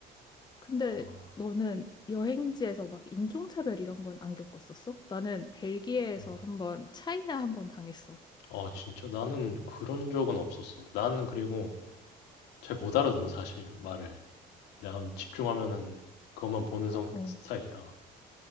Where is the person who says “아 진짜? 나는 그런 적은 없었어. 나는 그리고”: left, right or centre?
Left